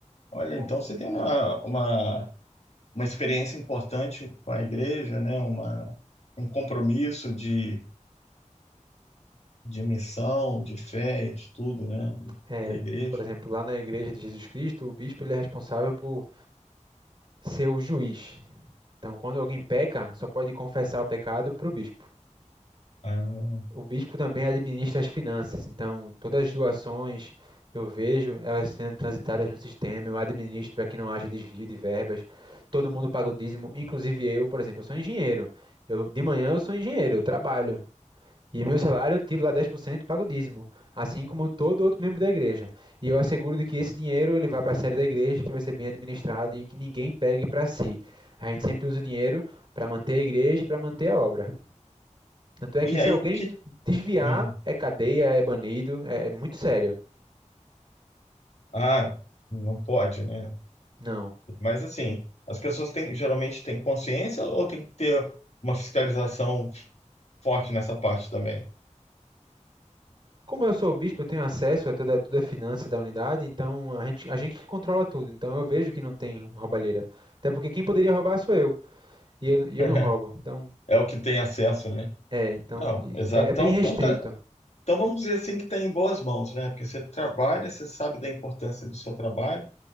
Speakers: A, on the left; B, on the right.
A: Olha,
B: com-
A: então você tem uma, uma uma experiência importante com a igreja, né? Uma, um compromisso de, de missão, de fé, e de tudo, né?
B: é,
A: Da igreja.
B: por exemplo, lá na igreja de Jesus Cristo, o bispo ele é responsável por ser o juiz. Então, quando alguém peca, só pode confessar o pecado pro bispo.
A: Ah, hum.
B: O bispo também administra as finanças, então todas as doações eu vejo elas sendo transitadas no sistema, eu administro para que não haja desvio de verbas. Todo mundo paga o dízimo, inclusive eu, por exemplo, eu sou engenheiro. Eu de manhã eu sou engenheiro, eu trabalho. E meu salário eu tiro lá 10% e pago o dízimo, assim como todo outro membro da igreja. E eu asseguro de que esse dinheiro ele vai para a sede da igreja, que vai ser bem administrado e que ninguém pegue para si. A gente sempre usa o dinheiro para manter a igreja e para manter a obra. Tanto é
A: E
B: que se
A: aí
B: alguém
A: que.
B: desviar,
A: hum,
B: é cadeia, é banido, é, é muito sério.
A: Ah, não pode, né?
B: Não.
A: Mas assim, as pessoas têm, geralmente têm consciência ou tem que ter uma fiscalização forte nessa parte também?
B: Como eu sou o bispo, eu tenho acesso a toda, toda a finança da unidade, então a gente, a gente controla tudo. Então eu vejo que não tem roubalheira. Até porque quem poderia roubar sou eu. E eu, e eu
A: <laughs>
B: não roubo. Então,
A: É o que tem acesso, né?
B: é, então
A: Não, exato.
B: é, é
A: Então,
B: bem restrito,
A: então, tá- então vamos dizer assim que está em boas mãos, né? Porque você trabalha, você sabe da importância do seu trabalho,